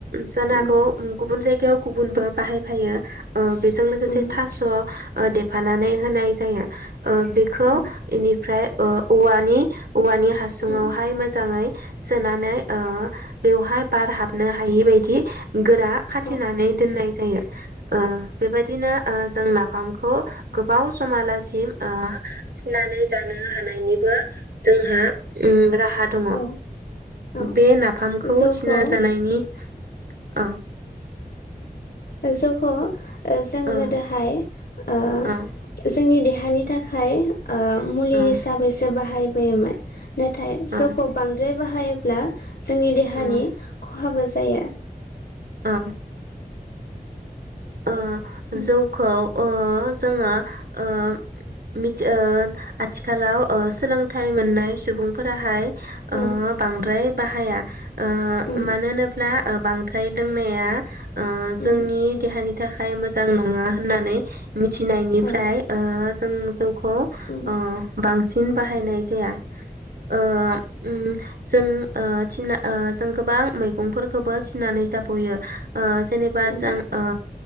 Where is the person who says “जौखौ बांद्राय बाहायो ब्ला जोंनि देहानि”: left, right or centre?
Left